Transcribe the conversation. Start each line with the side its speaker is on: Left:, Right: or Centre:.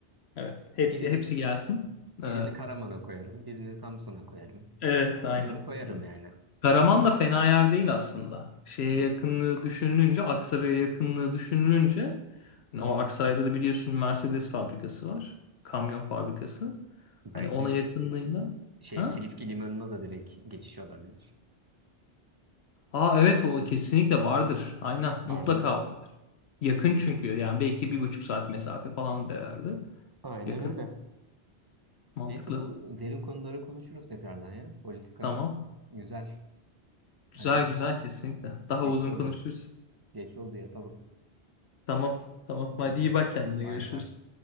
Left: Evet. Hepsi
Right: Birinin
Left: hepsi gelsin.
Right: Birini
Left: Ee,
Right: Karaman'a koyarım, birini Samsun'a koyarım.
Left: evet aynen.
Right: Koyarım koyarım
Left: aynen.
Right: yani.
Left: Karaman da fena yer değil aslında. Şeye
Right: D-
Left: yakınlığı düşünülünce, Aksaray'a yakınlığı düşünülünce hani o Aksaray'da da biliyorsun Mercedes fabrikası var. Kamyon fabrikası.
Right: Bence
Left: Hani ona yakınlığıyla.
Right: şey
Left: Ha?
Right: Silifke Limanı'na da direkt geçiş olabilir.
Left: Aa evet o kesinlikle vardır. Aynen mutlaka
Right: Aynen.
Left: var. Yakın çünkü yani belki bir buçuk saat mesafe falan herhalde.
Right: Aynen
Left: Yakın.
Right: öyle.
Left: Mantıklı.
Right: Neyse bu derin konuları konuşuruz tekrardan ya. Politika
Left: Tamam.
Right: güzel.
Left: Güzel
Right: Hadi
Left: güzel kesinlikle. Daha
Right: geç
Left: uzun
Right: oldu.
Left: konuşuruz.
Right: Geç oldu yatalım.
Left: Tamam. Tamam. Hadi
Right: Hadi
Left: iyi bak kendine.
Right: bay
Left: Görüşürüz.
Right: bay.